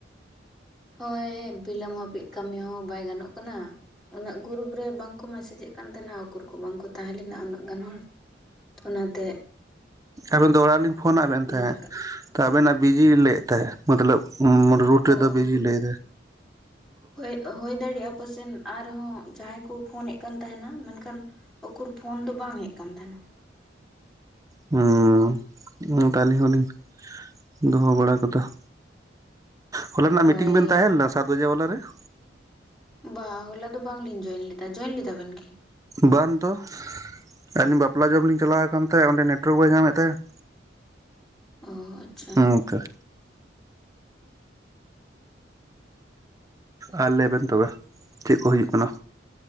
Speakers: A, in the centre; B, on the right.
A: ᱦᱳᱭ ᱵᱤᱞᱟᱹᱢ ᱦᱟᱹᱵᱤᱡᱽ ᱠᱟᱹᱢᱤ ᱦᱚᱸ ᱵᱟᱭ ᱜᱟᱱᱚᱜ ᱠᱟᱱᱟ᱾ ᱩᱱᱟᱹᱜ ᱜᱨᱩᱯ ᱨᱮ ᱵᱟᱝᱠᱚ ᱢᱮᱥᱮᱡᱮᱫ ᱠᱟᱱ ᱛᱟᱦᱮᱱᱟ ᱩᱠᱩᱨ ᱠᱚ ᱵᱟᱝᱠᱚ ᱛᱟᱦᱮᱸ ᱞᱮᱱᱟ ᱩᱱᱟᱹᱜ ᱜᱟᱱ ᱦᱚᱲ ᱾ ᱚᱱᱟᱛᱮ ᱾
B: ᱟᱵᱮᱱ ᱫᱚ ᱚᱲᱟᱜ ᱨᱮ ᱞᱤᱧ ᱯᱷᱳᱱᱟᱫ ᱵᱮᱱ ᱛᱟᱦᱮᱸᱫ
A: ᱨᱟᱠᱟᱵ
B: ᱛᱚ ᱟᱵᱮᱱᱟᱜ ᱵᱤᱡᱤ ᱞᱟᱹᱭ ᱮᱫ ᱛᱟᱦᱮᱸᱫ ᱢᱚᱛᱞᱚᱵ ᱨᱩᱴ
A: ᱚ
B: ᱫᱚ ᱵᱤᱡᱤ ᱞᱟᱹᱭ
A: ᱦᱳᱭ, ᱦᱩᱭ ᱫᱟᱲᱮᱭᱟᱜᱼᱟ ᱯᱟᱥᱮᱱ ᱟᱨᱦᱚᱸ ᱡᱟᱦᱟᱸᱭ ᱠᱚ ᱯᱷᱳᱱᱮᱫ ᱠᱟᱱ ᱛᱟᱦᱮᱱᱟ ᱾ ᱢᱮᱱᱠᱷᱟᱱ ᱩᱠᱩᱨ ᱯᱷᱳᱱ ᱫᱚ ᱵᱟᱝ ᱦᱮᱡ ᱟᱠᱟᱱ ᱛᱟᱦᱮᱱᱟ ᱾
B: ᱦᱩᱸ ᱚᱱᱟ ᱛᱮ ᱟᱹᱞᱤᱧ ᱦᱚᱞᱤᱧ ᱫᱚᱦᱚ ᱵᱟᱲᱟ ᱟᱠᱟᱫᱟ ᱾ ᱦᱚᱞᱟ ᱨᱮᱱᱟᱜ
A: ᱦᱳᱭ
B: ᱢᱤᱴᱤᱝ ᱵᱮᱱ ᱛᱟᱦᱮᱸᱞᱮᱱᱟ ᱥᱟᱛ ᱵᱟᱡᱮ ᱵᱟᱞᱟᱨᱮ ᱾
A: ᱵᱟᱝ ᱦᱚᱞᱟ ᱫᱚ ᱵᱟᱝᱞᱤᱧ ᱡᱚᱭᱮᱱ ᱞᱮᱫᱟ ᱾ ᱡᱚᱭᱮᱱ ᱞᱮᱫᱟ ᱵᱮᱱ ᱠᱤ?
B: ᱵᱟᱝ ᱛᱚ ᱾ ᱟᱹᱞᱤᱧ ᱵᱟᱯᱞᱟ ᱡᱚᱢ ᱞᱤᱧ ᱪᱟᱞᱟᱣ ᱟᱠᱟᱱ ᱛᱟᱦᱮᱸ, ᱚᱸᱰᱮ ᱱᱮᱴᱳᱣᱟᱨᱠ ᱵᱟᱭ ᱧᱟᱢᱮᱫ ᱛᱟᱦᱮᱸ ᱾
A: ᱚ ᱟᱪᱪᱷᱟ
B: ᱚᱝᱠᱟ ᱾ ᱟᱨ ᱞᱟᱹᱭ ᱵᱮᱱ ᱛᱚᱵᱮ, ᱪᱮᱫ ᱠᱚ ᱦᱩᱭᱩᱜ ᱠᱟᱱᱟ?